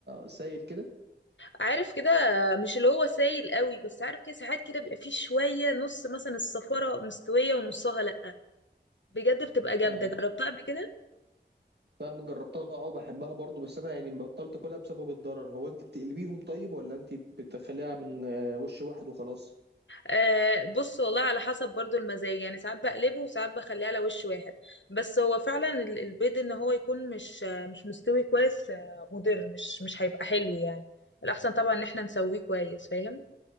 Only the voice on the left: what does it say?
عارف كده مش اللي هو سايل قوي بس عارف كده ساعات كده بيبقى فيه شوية نص مثلا الصفارة مستوية ونصها لأ بجد بتبقى جامدة
جربتها قبل كده
آه بص والله على حسب برضو المزاج يعني ساعات بقلبه وساعات بخليه على وش واحد بس هو فعلا ال- البيض ان هو يكون مش آه، مش مستوي كويس آه، مضر مش مش هيبقى حلو يعني الأحسن طبعا ان احنا نسويه كويس فاهم